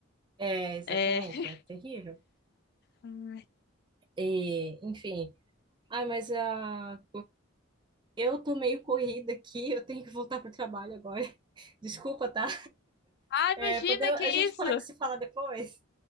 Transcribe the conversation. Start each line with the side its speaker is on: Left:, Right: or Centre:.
Right: É, exatamente,
Left: É. <laughs>
Right: é terrível.
Left: Ai,
Right: E, enfim, ai, mas ah, eu tô meio corrida aqui, eu tenho que voltar pro trabalho agora. <laughs> Desculpa, tá?
Left: Ah, imagina,
Right: É, pode- a
Left: que isso?
Right: gente pode se falar depois?